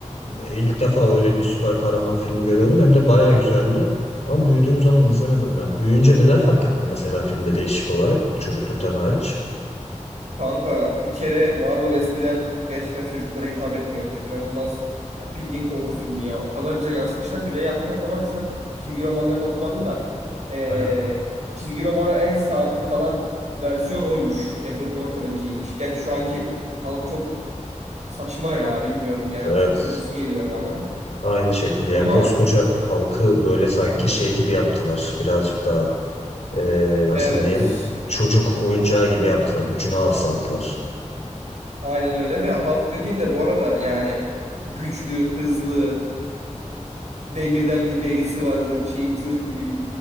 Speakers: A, on the left; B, on the right.
A: e, İlk defa öyle bir süper kahraman filmi görüyordum. Hem de bayağı güzeldi. Ama büyüdüğüm zaman izlemedim ben. Büyüyünce neler fark ettim mesela filmde değişik olarak çocukluktan hariç.
B: Kanka bir kere Marvel eskiden gerçekten çocuklara hitap etmiyormuş. İnanılmaz ya bildiğin korku filmi ya. O kadar güzel yansıtmışlar ki ve yanlış anlamadıysam çizgi romanlarını okumadım da ee,
A: Aha,
B: çizgi romana en sadık kalan versiyon oymuş. Edward Norton'ınkiymiş. Gerçi şu anki halk çok saçma ya bilmiyorum yani
A: evet
B: çok çocuksu geliyor bana.
A: aynı şekilde
B: Ama
A: ya koskoca halkı böyle sanki şey gibi yaptılar. Birazcık daha e, nasıl
B: evet
A: diyeyim çocuk oyuncağı gibi yaptılar. Gücünü alçalttılar.
B: aynen öyle ve halk dediğin de bu arada yani güçlü, hızlı, Demirden bir derisi var. Zırh, şey, zırh gibi bir